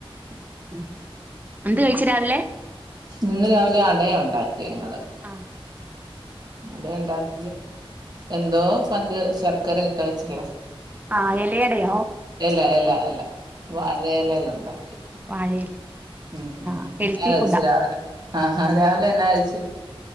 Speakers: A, on the right; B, on the right.
A: ഉം, ഉം. എന്ത് കഴിച്ചു രാവിലെ
B: ഇന്ന് രാവിലെ അടയ ഉണ്ടാക്കിയെ ഞങ്ങള്.
A: ആഹ്.
B: അടിയുണ്ടാക്കി എന്തോ പഞ്ച ശർക്കര ഒക്കെ വെച്ച്ള്ള.
A: ആഹ് എലയടയാ?
B: എല്ല എല്ല അല്ല വാഴ എലേലൊണ്ടാക്കി
A: വാഴയിലയില
B: ഉം
A: ആ ഹെൽത്തി
B: ഞാൻ കഴിച്ച്
A: ഫുഡാ
B: രാവിലെ. ആഹാ രാവിലെ എന്നാ കഴിച്ച്?